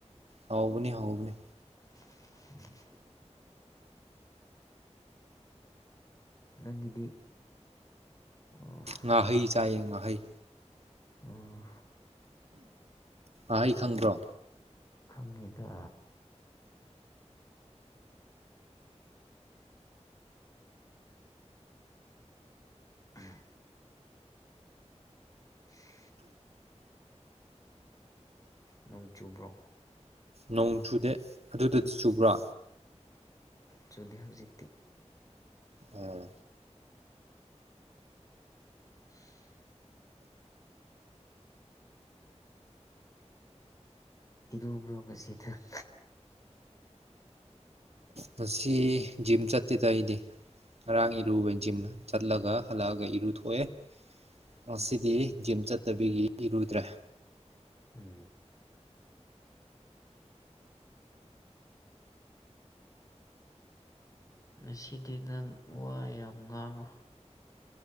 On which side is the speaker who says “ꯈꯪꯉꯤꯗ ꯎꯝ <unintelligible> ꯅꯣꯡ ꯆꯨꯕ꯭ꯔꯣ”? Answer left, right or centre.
Left